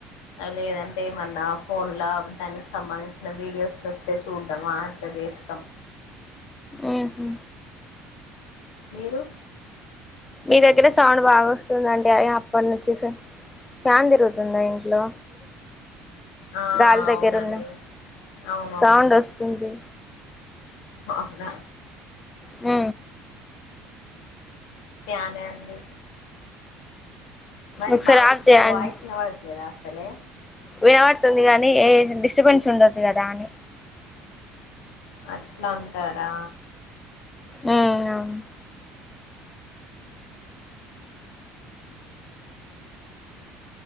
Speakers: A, on the left; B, on the left.
A: లేదంటే ఏమన్నా ఫోన్ లో దానికి సంబంధించిన వీడియోస్ వస్తే చూడ్డమా చేస్తాం
B: ఉహు
A: మీరు
B: మీ దగ్గర సౌండ్ బాగా వస్తుందండి అ అ అప్పటి నుంచి ఫ్యాన్ తిరుగుతుందా ఇంట్లో
A: ఆ
B: గాలి
A: అవునండి
B: దగ్గరున్న
A: అవునవును
B: సౌండ్ వస్తుంది
A: అవునా
B: ఉ
A: ఫ్యానే అండి మరి
B: ఒకసారి
A: బాగ
B: ఆఫ్
A: వస్తుందా
B: చేయండి
A: వాయిస్ ఇనబడట్లేదా అసలే
B: వినబడుతుంది గానీ ఏ డిస్టర్బెన్స్ ఉండదు కదా అని
A: అట్లా అంటారా
B: మ్మ్ అవును